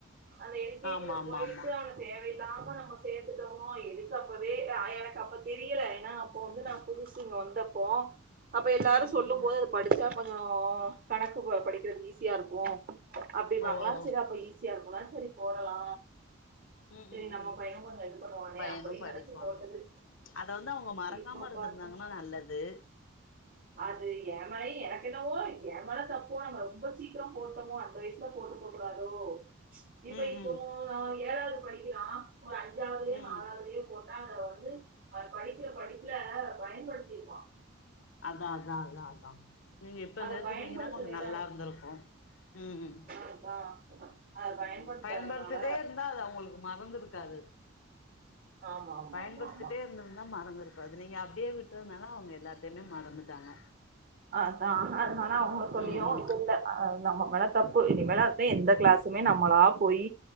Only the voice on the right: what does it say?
அந்த எல் கே
ஜி ல
போயிட்டு
அவன தேவையில்லாம நம்ம சேத்துட்டோ எதுசாப்வேய் ஆஹ் எனக்கு அப்ப தெரியல ஏன்னா அப்போ வந்து நான் புதுசு இங்க வந்தப்போ அப்ப எல்லாரும்
சொல்லும்
போது அது படிச்சா அப்பறோ கணக்கு போ படி இது ஈஸியா இருக்கும் அப்டிப்பாங்ளா
செரி அப்ப ஈஸியா இருக்கூன செரி போடலா
செரி
நம்ம பையனூ கொஞ்சோ இது பண்ணுவானே
அப்டின்னு
நெனைச்சு போட்டது
இப்ப
பாத்தா
அது ஏமேலயே எனக்கென்னவோ என் மனசு அப்போ நம்மல் ரொம்ப சீக்கிரோ போட்டோமோ அந்த வயசுல போட்ருக்க கூடாதோ இப்ப
இப்போவூ
ஏழாவ் படிக்கிறா ஒரு அஞ்சாவதுலயோ
நாலாவதுலயோ போட் அத வந்து அத படிக்கிற படிப்புல பயன்படுத்திருப்பா
அத
பயன்படுத்தலையில
அதான் அத
பயன்படுத்தாதனால
ஆமா ஆமா
ஆமா ஆமா
அதா <unintelligible> அவுங்க சொல்லியூ
இது இல்ல ஆ நம்ம வளர் தப்பு இனிமேலாது எந்த கிளாஸுமே நம்மளா போய்